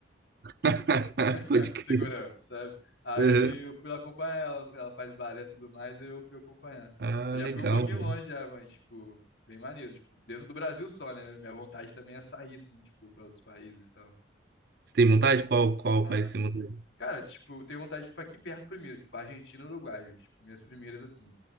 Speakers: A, on the right; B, on the left.
A: <laughs>
B: <laughs>
A: Pode crer.
B: De segurança, sabe? Aí
A: Aham.
B: eu fui lá acompanhar ela, ela faz balé e tudo mais, aí eu fui acompanhar.
A: Ah,
B: Mas já
A: legal,
B: fui um pouquinho
A: mano.
B: longe já, mas, tipo, bem maneiro. Tipo, dentro do Brasil só, né? Minha vontade também é sair, assim, tipo, pra outros países e tal.
A: Você tem vontade? Qual qual
B: Nossa.
A: país você tem vontade?
B: Cara, tipo, eu tenho vontade de ir pra aqui perto primeiro, tipo, Argentina e Uruguai. Tipo, minhas primeiras, assim.